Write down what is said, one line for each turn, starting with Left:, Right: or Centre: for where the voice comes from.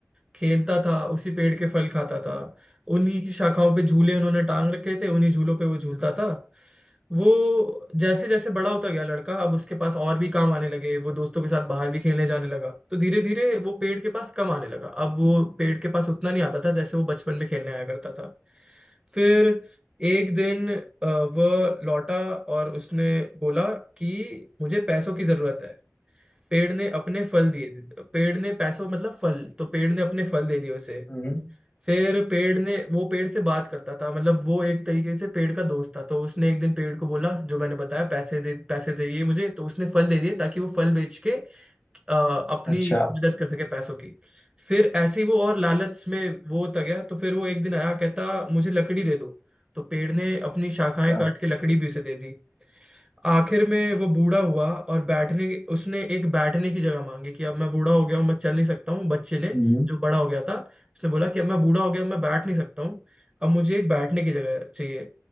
Right: खेलता था उसी पेड़ के फल खाता था उन्हीं की शाखाओं पे झूले उन्होंने टांग रखे थे उन्हीं झूलों पे वो झूलता था वो जैसे जैसे बड़ा होता गया लड़का अब उसके पास और भी काम आने लगे वो दोस्तों के साथ बाहर भी खेलने जाने लगा तो धीरे धीरे वो पेड़ के पास कम आने लगा अब वो पेड़ के पास उतना नहीं आता था जैसे वो बचपन में खेलने आया करता था फिर एक दिन अ, वह लौटा और उसने बोला कि मुझे पैसों की जरूरत है पेड़ ने अपने फल दिए पेड़ ने पैसों मतलब फल तो पेड़ ने अपने फल दे दिए उसे
Left: हम्म
Right: फिर पेड़ ने वो पेड़ से बात करता था मतलब वो एक तरीके से पेड़ का दोस्त था तो उसने एक दिन पेड़ को बोला जो मैंने बताया पैसे दे पैसे चाहिए मुझे तो उसने फल दे दिए ताकि वो फल बेच के अ, अपनी
Left: अच्छा
Right: मदद कर सके पैसों की फिर ऐसे ही वो और लालच में वो होता गया तो फिर वो एक दिन आया कहता मुझे लकड़ी दे दो तो पेड़ ने अपनी शाखाएं
Left: अच्छा,
Right: काट के लकड़ी भी उसे दे दी आखिर में वो बूढ़ा हुआ और बैठने उसने एक बैठने की जगह मांगी कि अब मैं बूढ़ा हो गया हूँ मैं चल नहीं सकता हूँ बच्चे ने
Left: हम्म
Right: जो बड़ा हो गया था उसने बोला कि अब मैं बूढ़ा हो गया हूं, मैं बैठ नहीं सकता हूँ अब मुझे एक बैठने की जगह चाहिए